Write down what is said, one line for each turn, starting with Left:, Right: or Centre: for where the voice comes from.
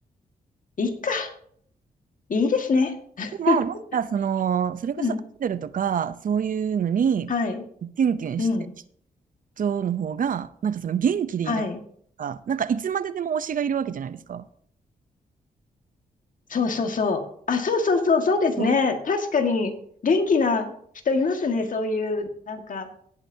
Left: いいか。いいですね。<laughs>
Right: も、なんかその、それこそアイドルとか、
Left: うん。
Right: そういうのに、
Left: はい。
Right: キュンキュンしてる
Left: うん。
Right: 人の方が、なんかその元気でいられるとか、
Left: はい。
Right: なんかいつまででも推しがいるわけじゃないですか。
Left: そうそうそう。あ、そうそうそう、そうですね。
Right: そう。
Left: 確かに、元気な人いますね。そういう、なんか、